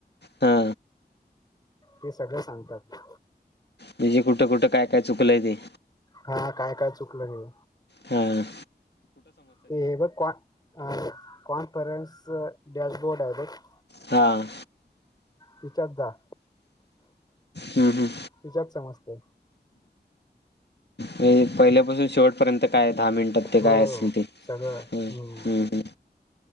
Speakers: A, on the left; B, on the left.
A: हा
B: ते सगळं सांगतात.
A: म्हणजे कुठं कुठं कायं कायं चुकलंय ते.
B: हां कायं कायं चुकलं हे.
A: हां
B: ते बघं कां कॉन्फरनस कॅशबोर्ड आहे बघं.
A: हां
B: तिच्यांत जां.
A: हम्मं हम्मं
B: तिच्यांत समजतं.
A: म्हणजे पहिल्यांपासून शेवटपर्यंत कायं दहा मिनिटांत ते
B: हो
A: कायं असेल ते.
B: सगळं हम्मं.
A: हम्म हम्म हम्म